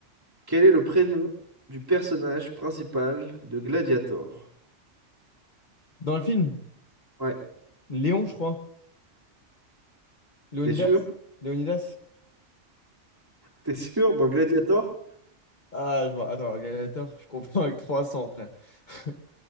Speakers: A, on the right (about 20°); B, on the left (about 40°).
A: Quel est le prénom du personnage principal de Gladiator?
B: Dans le film,
A: Ouais,
B: Léon, je crois. Léonidas?
A: t'es sûr?
B: Léonidas?
A: T'es sûr? Dans Gladiator?
B: Ah, je vois. Attends, Gladiator, je confonds avec 300, frère. <laughs>